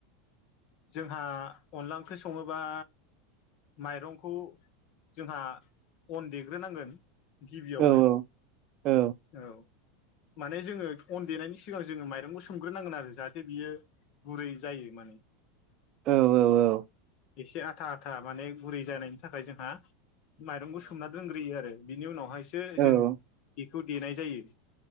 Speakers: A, on the left; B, on the right.
A: जोंहा अनला ओंख्रि सङोबा। माइरंखौ जोंहा अन देग्रोनांगोन। गिबियावनो
B: औ औ
A: औ। माने जोङो अन देनायनि सिगां जोङो माइरंखौ सोमग्रोनांगोन आरो जाहाथे बियो। गुरै जायो माने।
B: औ। औ
A: एसे आथा आथा माने गुरै जानायनि थाखाय जोंहा माइरंखौ सोमना दोनग्रोयो आरो। बिनि उनावहायसो जों
B: औ
A: बेखौ देनाय जायो।